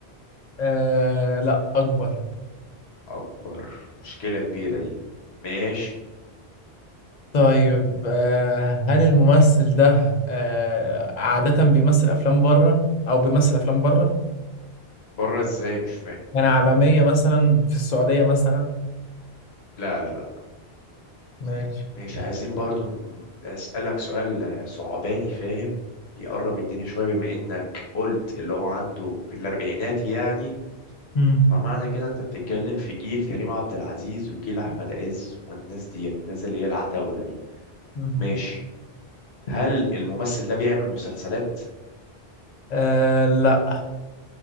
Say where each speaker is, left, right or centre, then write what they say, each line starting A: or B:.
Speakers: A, on the left; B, on the left.
A: آه، لا أكبر
B: اكبر مشكلة كبيرة دي ماشي
A: طيب آه، هل الممثل ده آه، عادة بيمثل أفلام بره أو بيمثل أفلام بره
B: بره ازاي مش فاهم
A: يعني عالمية مثلا في السعودية مثلا
B: لا لا لا
A: ماشي
B: مش عايزين برضو ن- اسألك سؤال آه، صعباني فاهم يقرب الدنيا شوية بما انك قلت اللي هو عنده في الاربعينات يعني
A: مم.
B: فمعنى كده انت بتتكلم في جيل كريم عبد العزيز وجيل احمد عز والناس ديت الناس اللي هي العتاولة دي
A: مم.
B: ماشي هل الممثل ده بيعمل مسلسلات
A: آه، لا